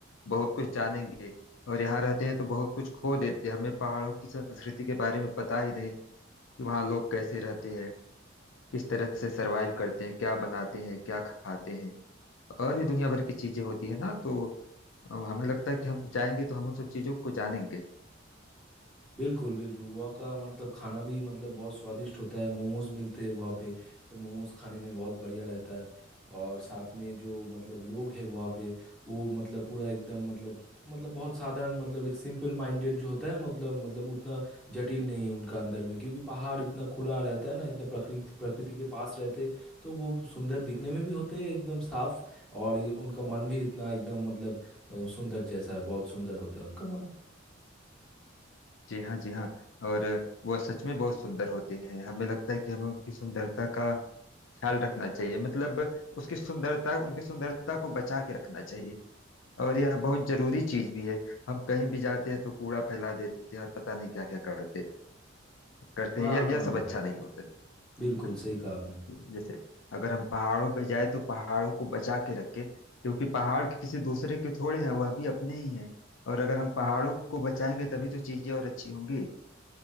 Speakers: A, on the left (about 80°); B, in the centre.
A: बहुत कुछ जानेंगे और यहाँ रहते हैं तो बहुत कुछ खो देते हैं हमें पहाड़ों की संस्कृति के बारे में पता ही नहीं कि वहाँ लोग कैसे रहते हैं किस तरह से सरवाइव करते हैं क्या बनाते हैं क्या खाते हैं और भी दुनिया भर की चीजें होती है ना तो अम, हमें लगता है कि हम जाएंगे तो हम उन सब चीजों को जानेंगे
B: बिल्कुल बिल्कुल वहाँ का मतलब खाना भी मतलब बहुत स्वादिष्ट होता है मोमोज मिलते हैं वहाँ पे तो मोमोज खाने में बहुत बढ़िया रहता है और साथ में जो मतलब लोग हैं वहाँ के वो मतलब पूरा एकदम मतलब मतलब बहुत साधारण मतलब एक सिंपल माइंडेड जो होता है मतलब मतलब उतना जटिल नहीं है उनका अंदर में क्योंकि पहाड़ इतना खुला रहता है ना इतना प्रकृति प्रकृति के पास रहते तो वो सुंदर दिखने में भी होते हैं एकदम साफ और ये- उनका मन भी इतना एकदम मतलब अ, सुंदर जैसा बहुत सुंदर होता है उनका मन
A: जी हाँ जी हाँ और वह सच में बहुत सुंदर होते हैं हमें लगता है कि हमें उनकी सुंदरता का ख्याल रखना चाहिए मतलब उसकी सुंदरता उनकी सुंदरता को बचा के रखना चाहिए और यह बहुत जरूरी चीज भी है हम कहीं भी जाते हैं तो कूड़ा फैला देते हैं और पता नहीं क्या क्या करते करते
B: हाँ
A: हैं यह
B: हाँ
A: यह सब अच्छा नहीं होता है
B: बिल्कुल
A: ना
B: सही कहा आपने
A: जैसे अगर हम पहाड़ों पे जाए तो पहाड़ों को बचा के रखे क्योंकि पहाड़ किसी दूसरे के थोड़े हैं वह भी अपने ही हैं और अगर हम पहाड़ों को बचाएंगे तभी तो चीजें और अच्छी होंगी